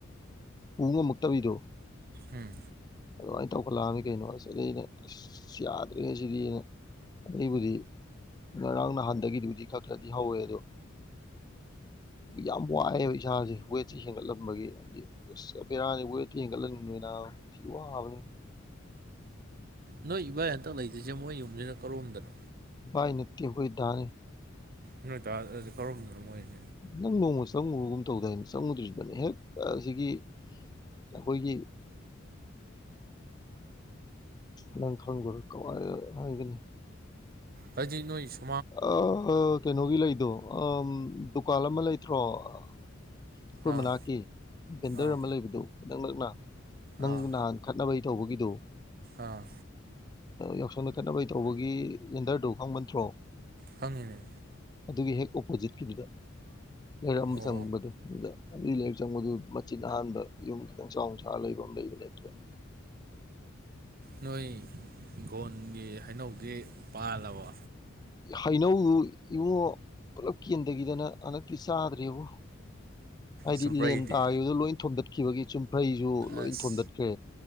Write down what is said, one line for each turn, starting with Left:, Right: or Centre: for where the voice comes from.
Left: ꯄꯨꯡ ꯑꯃꯨꯛꯇꯕꯤꯗꯣ
Right: ꯎꯝ
Left: ꯑꯗꯨꯃꯥꯏꯅ ꯇꯧꯈꯠꯂꯛꯑꯃꯤ ꯀꯩꯅꯣ ꯑꯁꯤꯗ ꯑꯩꯅ ꯑꯁ ꯌꯥꯗ꯭ꯔꯤꯉꯩꯁꯤꯗꯤ ꯑꯩꯅ ꯑꯗꯩꯕꯨꯗꯤ ꯉꯔꯥꯡ ꯅꯍꯥꯟꯗꯒꯤꯗꯨꯕꯨꯗꯤ ꯈꯔ ꯈꯔꯗꯤ ꯍꯧꯋꯦ ꯑꯗꯣ ꯌꯥꯝ ꯋꯥꯏꯑꯦꯕ ꯏꯁꯥꯁꯦ ꯋꯦꯠꯁꯤ ꯍꯦꯟꯒꯠꯂꯝꯟꯕꯒꯤ ꯍꯥꯏꯗꯤꯔꯥꯅꯤ ꯋꯦꯠꯇꯤ ꯍꯦꯟꯒꯠꯍꯟꯃꯤꯕꯅꯤꯏꯅ ꯎꯍꯕꯅꯤ
Right: ꯅꯣꯏ ꯏꯕꯥꯏ ꯍꯟꯇꯛ ꯂꯩꯗ꯭ꯣꯏꯁꯦ ꯃꯣꯏ ꯌꯨꯝꯁꯤꯅ ꯀꯧꯔꯣꯝꯗꯅꯣ
Left: ꯏ ꯅꯨꯠꯇ ꯀꯣꯏꯗꯥꯅꯤ
Right: ꯅꯣꯏ ꯇ ꯀꯧꯔꯝꯗꯅ ꯃꯣꯏꯅꯤ
Left: ꯅꯪ ꯅꯣꯡꯃ ꯆꯪꯉꯨꯨꯔꯒꯨꯝ ꯇꯧꯗꯥ ꯍꯥꯏꯅ ꯆꯪꯉꯨꯗ꯭ꯔꯤꯕꯅꯤ ꯍꯦꯛ ꯑꯁꯤꯒꯤ ꯑꯩꯈꯣꯏꯒꯤ ꯅꯪ ꯈꯪꯗꯔꯀ ꯍꯥꯏꯒꯅꯤ
Right: ꯍꯖꯤ ꯅꯣꯏ ꯁ
Left: ꯑ ꯀꯩꯅꯣꯒꯤ ꯂꯩꯗꯣ ꯑ ꯗꯨꯀꯥꯟ ꯑꯃ ꯂꯩꯇ꯭ꯔꯣ ꯑꯩꯈꯣꯏ
Right: ꯑꯥ
Left: ꯃꯅꯥꯛꯀꯤ ꯚꯦꯟꯗꯔ
Right: ꯑꯥ
Left: ꯑꯃ ꯂꯩꯕꯗꯨ ꯅꯛ ꯅꯛꯅ ꯅꯪ
Right: ꯑꯥ
Left: ꯅꯍꯥꯟ ꯈꯠꯅꯕꯩ ꯇꯧꯕꯒꯤꯗꯣ
Right: ꯑꯥ
Left: ꯌꯥꯎꯁꯪꯗ ꯈꯦꯠꯅꯕꯩ ꯇꯧꯕꯒꯤ ꯋꯦꯟꯗꯔꯗꯨ ꯈꯪꯕꯟꯠꯇ꯭ꯔꯣ
Right: ꯈꯪꯉꯤꯅꯦ
Left: ꯑꯗꯨꯒꯤ ꯍꯦꯛ ꯑꯣꯄꯣꯖꯤꯠꯈꯤꯕꯗꯨꯗ ꯂꯩꯔꯛꯑꯝꯕ
Right: ꯑꯣ
Left: ꯆꯪꯕꯗꯣ ꯑꯗꯨꯗ ꯑꯗꯨꯗꯒꯤ ꯂꯥꯏꯔꯤꯛ ꯆꯪꯕꯗꯨ ꯃꯆꯤꯟ ꯑꯍꯥꯟꯕ ꯌꯨꯝ ꯈꯤꯇꯪ ꯆꯥꯎꯅ ꯁꯥꯔ ꯂꯩꯕ ꯑꯃ ꯂꯩꯕꯅꯦ ꯑꯗꯨꯗ <inaudible>
Right: ꯅꯣꯏꯒꯣꯟꯒꯤ ꯍꯩꯅꯧꯗꯤ ꯄꯥꯜꯂꯕ
Left: ꯍꯩꯅꯧꯗꯨ ꯏꯉꯣ ꯄꯨꯂꯞ ꯀꯦꯟꯈꯤꯗꯅ ꯍꯟꯗꯛꯇꯤ ꯆꯥꯗ꯭ꯔꯦꯕꯨ ꯍꯥꯏꯗꯤ
Right: ꯆꯨꯝꯄ꯭ꯔꯩꯗꯤ
Left: ꯂꯦꯟ ꯇꯥꯈꯤꯕꯗꯨꯣ ꯂꯣꯏ ꯊꯣꯝꯗꯠꯈꯤꯕꯒꯤ ꯆꯨꯝꯐ꯭ꯔꯩꯁꯨ ꯂꯣꯏ
Right: ꯑꯁ
Left: ꯊꯣꯝꯗꯠꯈ꯭ꯔꯦ